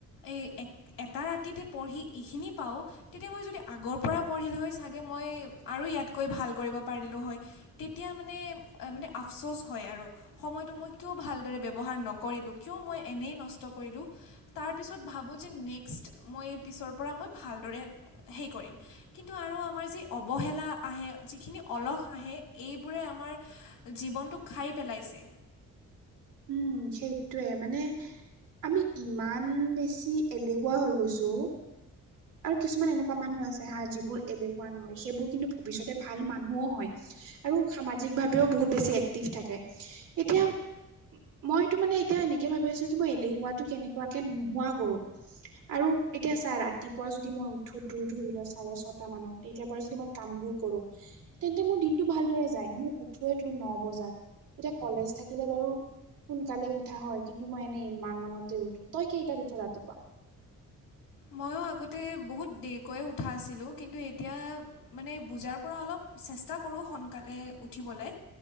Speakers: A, on the left (about 80°); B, on the right (about 70°).
A: এই এটা ৰাতিতে পঢ়ি এইখিনি পাওঁ তেতিয়া মই যদি আগৰ পৰা পঢ়িলে হৈ চাগে, মই আৰু ইয়াতকৈ ভাল কৰিব পাৰিলোঁ হয়। তেতিয়া মানে মানে আফচোচ হয়, আৰু সময়টো মই কিয় ভালদৰে ব্যৱহাৰ নকৰিলোঁ কিয় মই এনেই নষ্ট কৰিলোঁ। তাৰপিছত ভাবোঁ যে নেক্সট মই পিছৰ পৰা মই ভালদৰে হেৰি কৰিম। কিন্তু আৰু আমাৰ যি অৱহেলা আহে যিখিনি অলস আহে এইবোৰে আমাৰ জীৱনটো খাই পেলাইছে।
B: উম, সেইটোয়ে মানে আমি ইমান বেছি এলেহুৱা হৈ গৈছোঁ, আৰু কিছুমান এনেকুৱা মানুহ আছে হা যিবোৰ এলেহুৱা নহয় সেইবোৰ কিন্তু ভৱিষ্যতে ভাল মানুহও হয়। আৰু সামাজিক ভাৱেও বহুত বেছি এক্টিভ থাকে, এতিয়া মইতো মানে এতিয়া এনেকে ভাবি আছো কি মই এলেহুৱাটো কেনেকুৱাকে নোহোৱা কৰোঁ। আৰু এতিয়া চাহ ৰাত ৰাতিপুৱা যদি মই উঠো তোৰ ধৰি ল চাৰে ছটা মানত তেতিয়াৰ পৰা যদি মই কামবোৰ কৰোঁ। তেন্তে মোৰ দিনটো ভালদৰে যায়, মোৰ উঠোৱেই তোৰ ন বজাত এতিয়া কলেজ থাকিলে বাৰু। সোনকালে উঠা হয়, কিন্তু মই এনেই ইমান মানতে উঠো তই কেইটাত উঠ ৰাতিপুৱা
A: মইয়ো আগতে বহুত দেৰিকৈয়ে উঠা আছিলোঁ কিন্তু এতিয়া মানে বুজাৰ পৰা অলপ চেষ্টা কৰোঁ সোনকালে উঠিবলে